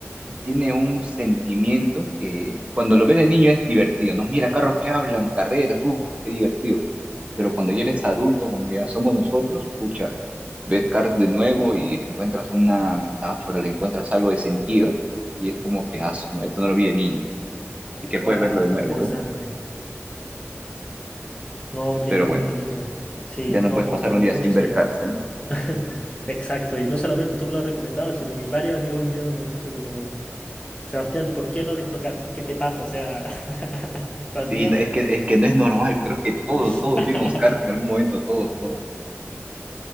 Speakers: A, on the right; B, on the left.
A: tiene un sentimiento que cuando lo ves de niño es divertido, ¿no? Mira, carros que hablan, carreras, uff, qué divertido Pero cuando ya eres adulto, como ya somos nosotros, pucha, ves Cars de nuevo y le encuentras una metáfora, le encuentras algo de sentido, y es como que, ah, su- esto no lo vi de niño, así que
B: Wow,
A: puedes verlo de nuevo,
B: qué interesante.
A: ¿eh?
B: No, qué
A: Pero
B: lindo,
A: bueno,
B: qué lindo. Sí,
A: ya no
B: no,
A: puedes
B: me gusta
A: pasar
B: mucho
A: un día sin
B: esa
A: ver
B: idea.
A: Cars, ¿eh?
B: <laughs> Exacto, y no solamente tú me lo has recomendado, sino que varios amigos míos me han dicho como, Sebastián, ¿por qué no has visto Cars? ¿Qué te pasa? O sea, <laughs> ¿estás
A: Y
B: bien?
A: no- es que, es que no es normal, creo que
B: <laughs>
A: todos, todos vimos Cars en algún momento, todos, todos.